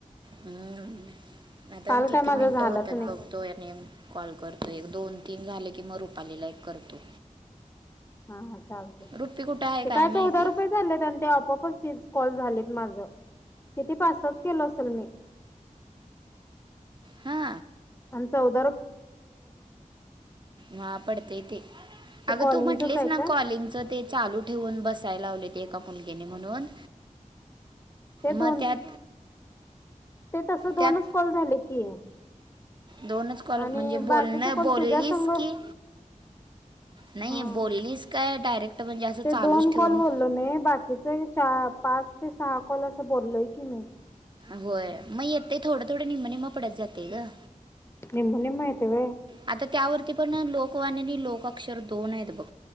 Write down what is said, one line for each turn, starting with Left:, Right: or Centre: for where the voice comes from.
Right: हम्म आता
Left: काल
Right: किती
Left: काय माझं
Right: मिनिटं
Left: झालंच
Right: होतात
Left: नाही
Right: बघतो याने कॉल करतो एक दोन तीन झाले की मग रुपालीला एक करतो
Left: हा चाल ठीक
Right: रुपी कुठं आहे
Left: ते काय
Right: माहिती
Left: चौदा रुपये चाललेत आणि ते आपपच ते कॉल झालेत माझं किती पासताच केलो असेल मी
Right: हा
Left: आ च
Right: हा पडतय ते
Left: ते
Right: अगं
Left: कॉलिंगचच
Right: तू म्हटलेच
Left: आहे
Right: ना
Left: काय
Right: कॉलिंग च ते चालू ठेवून बसायला लाव ते कपून घेणे म्हणून
Left: ते
Right: मग
Left: दोन
Right: त्यात
Left: ते तस
Right: त्यात
Left: दोनच कॉल झाले की
Right: दोनच कॉल
Left: आणि
Right: म्हणजे
Left: बाकीच
Right: बोलण
Left: कॉल
Right: बोललीस
Left: तुझ्या संग
Right: की नाही
Left: हा
Right: बोललीस काय डायरेक्ट म्हणजे असं
Left: ते
Right: चालूच
Left: दोन
Right: ठेवून
Left: कॉल बोललो न बाकीचे पाच ते सहा कॉल अस ं बोललोय की मी
Right: होय मग येत थोडं थोडं निम्मनिम् पडत जाते ग
Left: निम निम यतेव
Right: आता त्यावरती पण लोकवाणी आणि लोकाक्षर दोन आहेत बघ